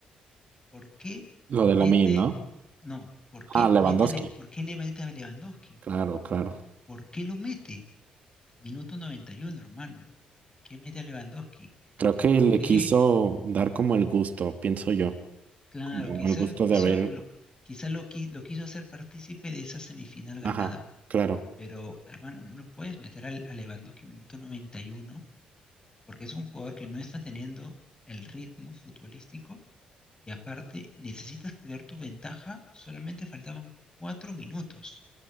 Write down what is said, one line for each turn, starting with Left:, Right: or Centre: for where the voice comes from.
Left: ¿por qué
Right: lo
Left: mete,
Right: de Lamine, ¿no?
Left: no, por qué
Right: Ah,
Left: mete,
Right: Lewandowski.
Left: a Le- por qué le mete a Lewandowski?
Right: Claro, claro.
Left: ¿Por qué lo mete? Minuto 91, hermano. ¿Qué mete a Lewandowski?
Right: Creo que
Left: ¿Por
Right: le
Left: qué?
Right: quiso dar como el gusto, pienso yo.
Left: Claro,
Right: Como
Left: quizá,
Right: el gusto
Left: quiso
Right: de haber.
Left: lo, quizá lo, qui- lo quiso hacer partícipe de esa semifinal ganada,
Right: Ajá, claro.
Left: pero hermano, no lo puedes meter al- a Lewandowski minuto 91 porque es un jugador que no está teniendo el ritmo futbolístico Y aparte, necesitas cuidar tu ventaja. Solamente faltaban cuatro minutos.